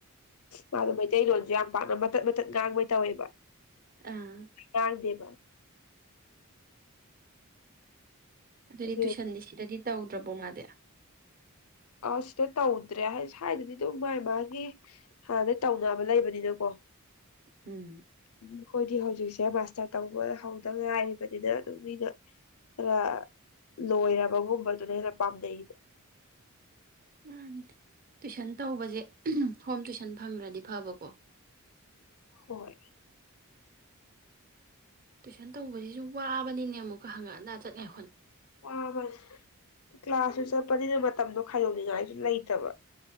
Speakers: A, on the left; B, on the right.
A: ꯃꯥꯗꯣ ꯃꯩꯇꯩꯂꯣꯟꯁꯨ ꯌꯥꯝ ꯄꯥꯝꯅ ꯃꯇꯠ ꯃꯇꯠ ꯉꯥꯡꯕꯩ ꯇꯧꯋꯦꯕ
B: ꯑꯥ
A: ꯇ ꯗꯦꯕ
B: ꯑꯗꯨꯗꯤ
A: ꯑꯗꯨ
B: ꯇꯨꯏꯁꯟꯗꯤ ꯁꯤꯗꯗꯤ ꯇꯧꯗ꯭ꯔꯕꯣ ꯃꯥꯗꯤꯦ
A: ꯑ ꯁꯤꯗ ꯇꯧꯗ꯭ꯔꯦ ꯍꯥꯏꯗꯤ ꯁ꯭ꯋꯥꯏꯗꯗꯤ ꯑꯗꯨꯝ ꯃꯥꯏ ꯃꯥꯒꯤ ꯍꯥꯟꯅꯗꯩ ꯇꯧꯅꯕ ꯂꯩꯕꯅꯤꯅꯀꯣ
B: ꯎꯝ
A: ꯎꯝ ꯑꯩꯈꯣꯏꯗꯤ ꯍꯧꯖꯤꯛꯁꯦ ꯃꯥꯁꯇꯔ ꯇꯧꯕ ꯍꯧꯗ ꯉꯥꯏꯔꯤꯕꯅꯤꯅ ꯑꯗꯨꯝ ꯃꯤꯅ ꯈꯔ ꯂꯣꯏꯔꯕꯒꯨꯝꯕꯗꯨꯅ ꯍꯦꯟꯅ ꯄꯥꯝꯅꯩꯌꯦꯕ
B: ꯃꯥ ꯇꯨꯏꯁꯟ ꯇꯧꯕꯁꯦ ꯍꯣꯝ ꯇꯨꯏꯁꯟ ꯐꯪꯈ꯭ꯔꯗꯤ ꯐꯕꯀꯣ
A: ꯍꯣꯏ
B: ꯇꯨꯏꯁꯟ ꯇꯧꯕꯁꯤꯁꯨ ꯋꯥꯕꯅꯤꯅꯦ ꯑꯃꯨꯛꯀ ꯍꯪꯉꯠꯑꯒ ꯆꯠꯂꯦ
A: ꯑꯁ ꯀ ꯀ꯭ꯂꯥꯁ ꯄꯅꯦ ꯃꯇꯝꯗꯣ ꯈꯥꯏꯗꯣꯛꯅꯤꯡꯉꯥꯏꯁꯨ ꯂꯩꯇꯕ ꯎ